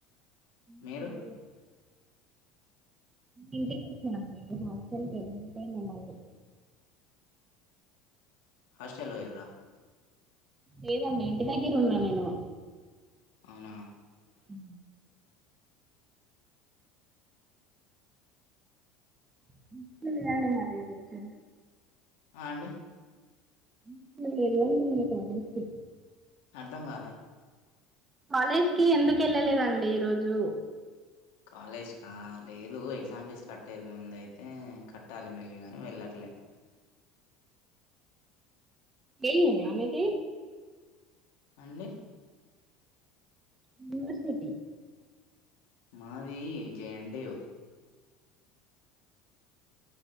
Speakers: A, on the right (about 20°); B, on the left (about 80°).
A: అ
B: మీరు
A: ఇంటికి వెళ్తున్న అండి. రేపు హాస్టల్ కి వెళ్తలే మళ్ళీ.
B: హాస్టల్ పోయిన్రా.
A: లేదండి ఇంటి దెగ్గర ఉన్నా నేనూ.
B: అవునా
A: ఉ <unintelligible> అండి మరి ఈ రోజు
B: ఆ అండి
A: ఎందుకు ఎల్లలేదు అంటున్న కాలేజ్ కీ
B: అర్ధం కాలే
A: కాలేజ్ కీ ఎందుకు ఎళ్ళలేదండి ఈరోజూ.
B: కాలేజ్ కా లేదూ ఎగ్జామ్ ఫీజ్ కట్టేది ఉంది అయితే కట్టాలి మెల్లిగాని వెళ్ళట్లే.
A: ఏ యూ ఏనా మీదీ.
B: అండి
A: యూనివర్సిటీ
B: మాదీ జేఎన్ టీ యూ.